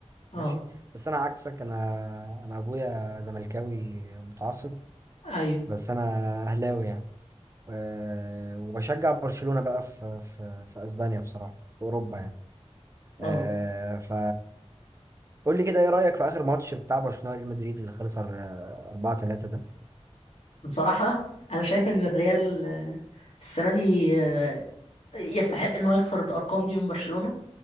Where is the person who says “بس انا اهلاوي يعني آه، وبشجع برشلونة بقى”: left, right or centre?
Right